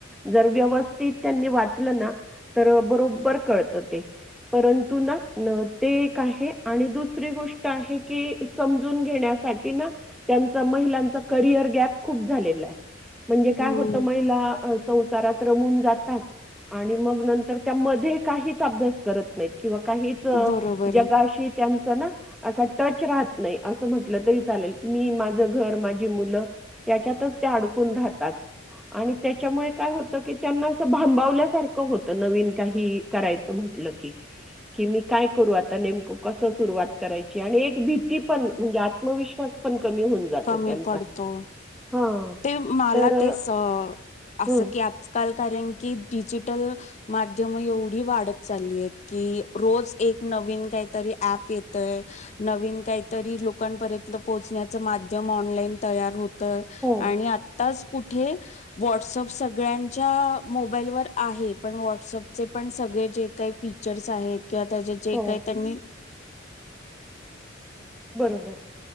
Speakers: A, in the centre; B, on the left.
A: जर व्यवस्थित त्यांनी वाचलं ना तर बरोबर कळतं ते परंतु ना ते एक आहे आणि दुसरी गोष्ट आहे की समजून घेण्या त्यासाठी ना त्यांचा महिलांचा करिअर गॅप खूप झालेले म्हणजे काय
B: हम्म
A: होतं महिला संसारात रमून जातात आणि मग नंतर त्या मध्ये काहीच अभ्यास करत नाही किंवा काहीच
B: बरोबर
A: जगाशी
B: आहे
A: त्यांच ना असा टच राहत नाही असं म्हण लं तरी चालेल मी माझं घर माझी मुलं याच्यातच ते अडकून राहतात आणि त्याच्यामुळे काय होत की त्यांना असं भांबवल्यासारखं होत नवीन काही करायचं म्हण मतल की की मी काय करू आता नेमक कस सुरुवात करायची आणि एक भीती पण म्हणजे आ आत्मविश्वास पण कमी होऊन जातो
B: कमी
A: त्यांचा
B: पडतो
A: हां.
B: ते मला
A: तर अ,
B: तेच असं
A: हं.
B: की आजकाल कारण की डिजिटल माध्यम एवढी वाढत चालली आहेत की रोज एक नवीन काहीतरी ॲप येतय नवीन काहीतरी लोकांपर्यंत पोहोचण्याच माध्यम ऑनलाईन तयार होत
A: हो,
B: आणि आत्ताच कुठे व्हॉट्सअप सगळ्यांच्या मोबाईल व आहे पण वॉटसअप पण स सगळे जे काही फीचर्स आहेत किंवा त्याच्या जे
A: हो.
B: काही त्यांनी
A: बरोबर